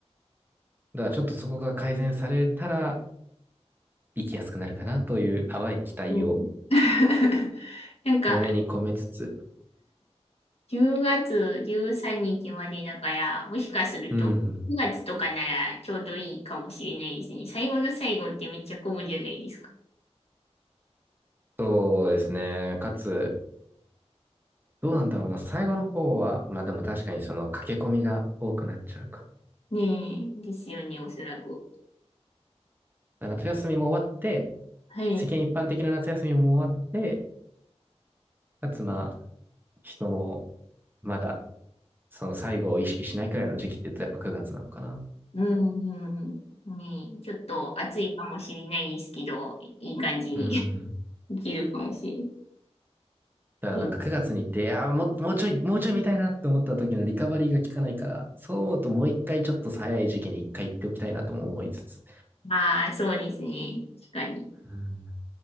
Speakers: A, on the right; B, on the left.
A: だからちょっとそこが改善されたら、生きやすくなるかなという淡い期待を
B: うん <laughs> なんか、
A: 胸に込めつつ、
B: 10月13日までだから、もしかすると9月とかならちょうどいいかもしれないですね。
A: うん。
B: 最後の最後ってめっちゃ混むじゃないですか。
A: そうですね。かつ、どうなんだろうな。最後の方は、まあでも確かにその駆け込みが多くなっちゃうか。
B: ねえ、ですよね、おそらく。
A: だから夏休みも終わって、
B: はい。
A: 世間一般的な夏休みも終わって、かつまあ、人もまだその最後を意識しないくらいの時期って言うとやっぱ9月なのかな。
B: うん、うんうん。ねえ、ちょっと暑いかもしれないですけど、いい感じに
A: うん。
B: <laughs> できるかもしれな
A: だからなんか9月に行って、
B: い。
A: いやー、も、もうちょい、もうちょい見たいなって思った時のリカバリーが効かないから、そう思うともう一回ちょっと早い時期に一回行っておきたいなとも思いつつ。
B: ああー、そうですね。確かに。
A: うん